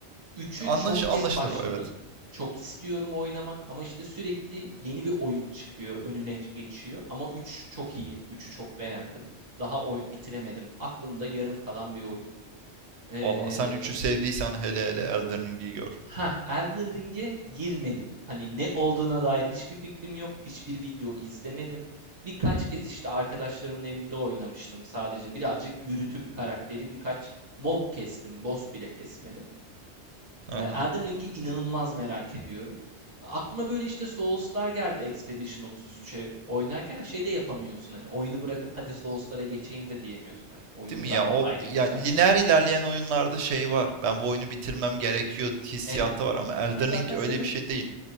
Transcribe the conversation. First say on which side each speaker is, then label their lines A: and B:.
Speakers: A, on the right; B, on the right.
A: Üçü
B: Anlaş
A: çok
B: anlaşılır
A: kez başladım.
B: o evet.
A: Çok istiyorum oynamak ama işte sürekli yeni bir oyun çıkıyor, önüne geçiyor. Ama 3 çok iyi. üçü çok beğendim. Daha oy bitiremedim. Aklımda yarım kalan bir oyun. Ee,
B: Vallahi sen üçü sevdiysen hele hele Elden Ring'i gör.
A: ha, Elden Ring'e girmedim. Hani ne olduğuna dair hiçbir fikrim yok. Hiçbir video izlemedim. Birkaç kez işte arkadaşlarımın evinde oynamıştım sadece. Birazcık yürütüp karakteri birkaç mob kestim. Boss bile kesmedim.
B: Aha.
A: Eee, Elden Ring'i inanılmaz merak ediyorum. Aklıma böyle işte Souls'lar geldi Expedition 33'e oynarken şey de yapamıyorsun hani oyunu bırakıp hadi Souls'lara geçeyim de diyemiyorsun hani oyun
B: Değil mi
A: da
B: ya?
A: apayrı
B: O ya
A: güzel.
B: lineer ilerleyen oyunlarda şey var. Ben bu oyunu bitirmem gerekiyor hissiyatı
A: Evet.
B: var ama Elden
A: Ha zaten
B: Ring öyle
A: sanırım
B: bir şey değil.